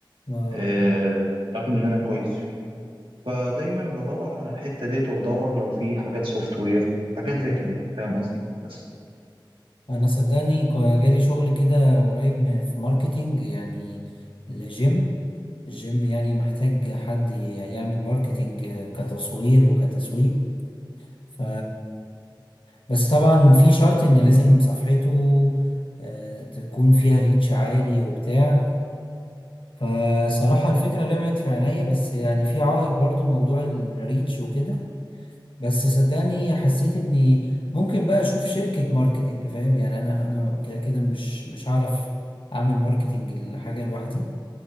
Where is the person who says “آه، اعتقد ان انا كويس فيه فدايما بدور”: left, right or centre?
Right